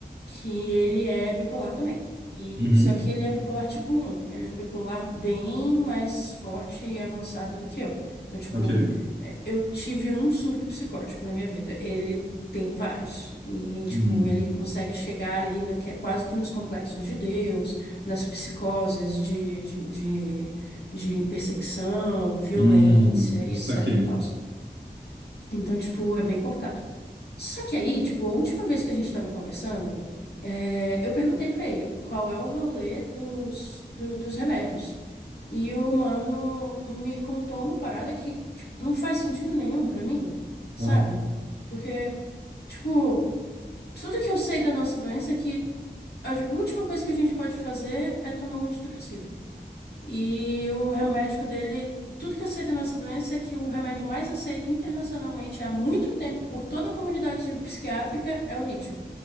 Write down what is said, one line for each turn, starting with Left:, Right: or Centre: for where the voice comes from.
Left: que ele é bipolar também. E,
Right: Uhum.
Left: só que ele é bipolar tipo um Ele é bipolar bem mais forte e avançado do que eu. Então, tipo,
Right: Ok.
Left: é, eu tive um surto psicótico na minha vida. Ele tem vários. E, tipo,
Right: Uhum.
Left: ele consegue chegar ali naque- quase que nos complexos de Deus, nas psicoses de, de, de, de perseguição, violência
Right: Hum,
Left: e
Right: Saquei.
Left: etc e tal. Então, tipo, é bem complicado. Só que aí, tipo, a última vez que a gente tava conversando, é, eu perguntei pra ele qual é o rolê dos, do- dos remédios. E o mano me contou uma parada que, tipo, não faz sentido nenhum pra mim, sabe?
Right: Uhum.
Left: Porque, tipo. Tudo que eu sei da nossa doença é que a ju- última coisa que a gente pode fazer é tomar um antidepressivo. E o remédio dele, tudo que eu sei da nossa doença é que o remédio mais aceito internacionalmente há muito tempo por toda a comunidade psiquiátrica é o lítio.